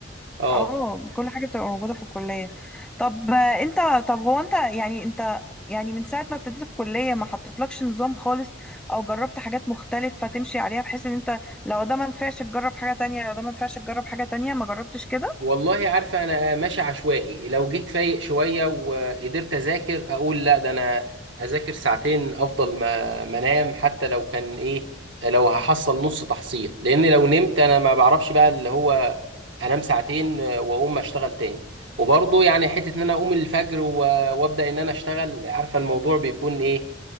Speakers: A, on the right; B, in the centre.
A: اه
B: اه كل حاجة بتبقى موجودة في الكلية طب آه، انت طب هو انت يعني انت يعني من ساعة ما ابتديت الكلية ما حطيتلكش نظام خالص او جربت حاجات مختلفة تمشي عليها بحيث ان انت لو ده ما نفعش تجرب حاجة تانية لو ده ما نفعش تجرب حاجة تانية ما جربتش كده؟
A: والله عارفة أنا ماشي عشوائي لو جيت فايق شوية وقدرت أذاكر أقول لا ده أنا أذاكر ساعتين أفضل ما ما أنام حتى لو كان إيه لو هحصل نص تحصيل لأن لو نمت أنا ما بعرفش بقى اللي هو أنام ساعتين وأقوم أشتغل تاني وبرضه يعني حتة إن أنا أقوم الفجر و- وأبدأ إن أنا أشتغل عارفة الموضوع بيكون إيه